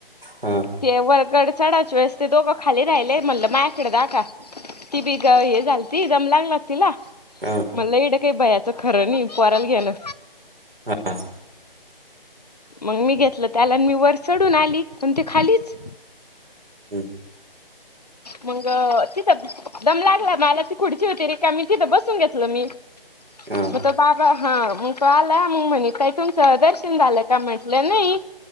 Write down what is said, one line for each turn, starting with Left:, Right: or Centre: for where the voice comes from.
Right: हा
Left: केवर्गड चडच वेळेस ते दोघं खाली राहिलेय म्हटलं मायकडे दाका ती बीघ हे झाल ती दम लागला
Right: हा
Left: मलाड काय बायाचं खरं नाही पराला घ्यानं
Right: हा
Left: मग मी घेतलं त्याला मी वर चढून आली पण ते खालीच
Right: हम्
Left: मग तिथं दम लागला मला ती खुडची होती रे का मी तिथं बसून घेतलं मी
Right: हा
Left: म बाबा हा मग तो आला मग म्हणे काई तुमचं दर्शन झालं का म्हंटलं नाही